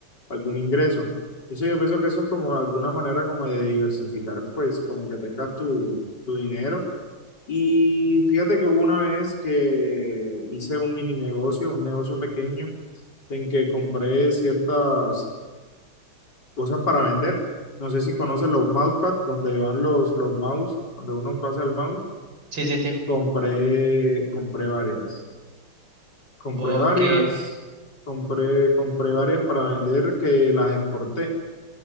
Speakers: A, on the left (about 55°); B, on the right (about 65°).
A: algún ingreso. Entonces yo pienso que eso es como alguna manera como de diversificar, pues como que tengas tu, tu dinero. Y fíjate que hubo una vez que hice un mini negocio, un negocio pequeño, en que compré ciertas cosas para vender. No sé si conoces los mousepad, donde van los, los mouse, donde uno pasa el mouse.
B: Sí, sí, sí.
A: Compré, compré varias. Compré
B: Ok.
A: varias, compré, compré varias para vender que las exporté.